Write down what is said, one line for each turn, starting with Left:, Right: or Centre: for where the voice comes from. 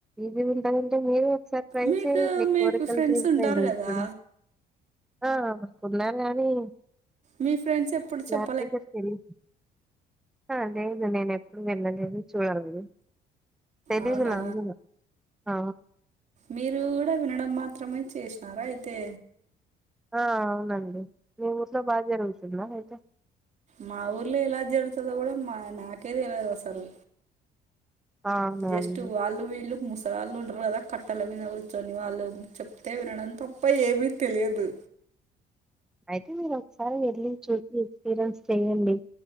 Centre: ఈసీగుంటదంటే మీరు ఒకసారి ట్రై
Right: మీకు
Centre: చేయండి మీ
Right: మీకు
Centre: కోరికలు
Right: ఫ్రెండ్స్
Centre: తీరుతాయి
Right: ఉంటారు
Centre: మీక్
Right: కదా
Centre: కూడా ఆ కున్నారు గానీ
Right: మీ ఫ్రెండ్స్ ఎప్పుడు చెప్
Centre: సరిగ్గా తెలిదు హా లేదు నేను ఎప్పుడు వెళ్ళలేదు చూడలేదు తెలీదు
Right: అవునా
Centre: నాక్ కూడా ఆ
Right: మీరు కూడా వినడం మాత్రమే చేసినారా అయితే
Centre: ఆ అవునండి మీ ఊర్లో బాగా జరుగుతుందా అయితే.
Right: మా ఊర్లో ఎలా జరుగుతదో గుడా మా నాకేదిలువదు అసల్.
Centre: ఆ అవునండి
Right: జస్టు వాళ్ళు వీళ్ళు ముస్. రాళ్లుంటారు గదా కట్టల మీద కూర్చొని వాళ్ళు ఉ చెప్తే వినడం తప్ప ఏమీ తెలియదు.
Centre: అయితే మీరు ఒకసారి వెళ్ళి చూసి ఎక్స్పీరియన్స్ చెయండి